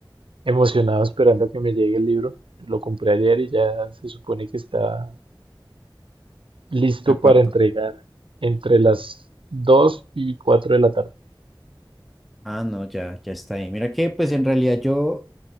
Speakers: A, on the right; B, in the centre.
A: emocionado esperando a que me llegue el libro. Lo compré ayer y ya se supone que está listo
B: Reparto.
A: para entregar entre las 2 y 4 de la tarde.
B: Ah, no, ya, ya está ahí. Mira que pues en realidad yo